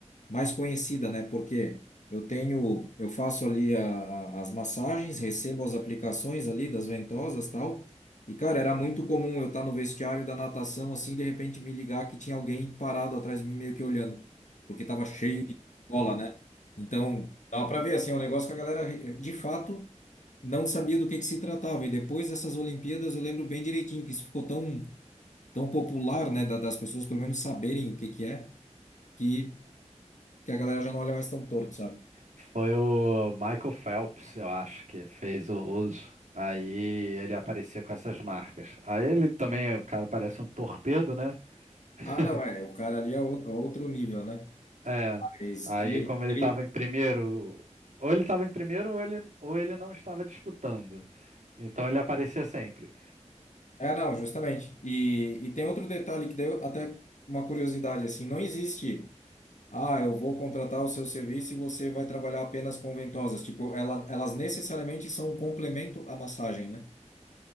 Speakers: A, on the left (about 80°); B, on the right (about 80°).
A: mais conhecida, né? Porque eu tenho, eu faço ali a- a- as massagens, recebo as aplicações ali das ventosas, tal. E cara, era muito comum eu estar no vestiário da natação assim, e de repente me ligar que tinha alguém parado atrás de mim meio que olhando, porque tava cheio de cola, né? Então, dá para ver assim, é um negócio que a galera eh, de fato não sabia do que que se tratava. E depois dessas Olimpíadas, eu lembro bem direitinho que isso ficou tão tão popular, né, da- das pessoas pelo menos saberem o que que é. que que a galera já não olha mais tão torto, sabe?
B: Foi o Michael Phelps, eu acho, que fez o uso. Aí ele aparecia com essas marcas. Aí ele também, o cara parece um torpedo, né? <laughs>
A: Ah, não, é, o cara ali é ou- é outro nível, né?
B: É.
A: Mas
B: Aí
A: ele,
B: como ele
A: ele...
B: estava em primeiro, ou ele estava em primeiro ou ele, ou ele não estava disputando. Então ele aparecia sempre.
A: É, não, justamente. E, e tem outro detalhe que deu até uma curiosidade, assim, não existe, ah, eu vou contratar o seu serviço e você vai trabalhar apenas com ventosas. Tipo, ela, elas necessariamente são um complemento à massagem, né?